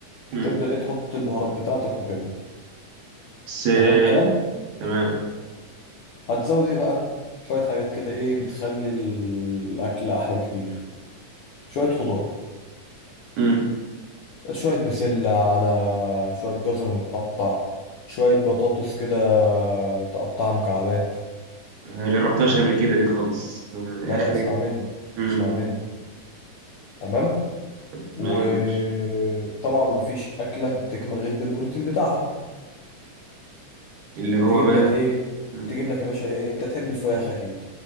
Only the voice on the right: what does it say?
امم
بس آه،
تمام
امم
ما جربتهاش قبل كده دي خالص يعني
اخرج
امم
تمام
ماشي
اللي هو
بقى
مم.